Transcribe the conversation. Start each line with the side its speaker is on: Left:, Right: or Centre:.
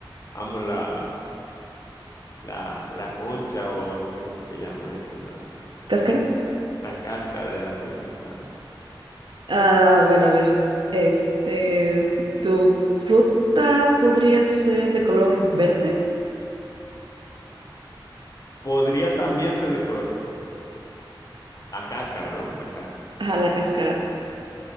Left: vamos, la, la, la concha o no sé cómo se llama esto, la...
Right: ¿Cáscara?
Left: <laughs> La cáscara de la fruta, claro.
Right: Ah, bueno, a ver. Este, ¿tu fruta podría ser de color verde?
Left: Podría también ser de color verde. La cáscara, ¿no? La cáscara.
Right: Ajá, la cáscara.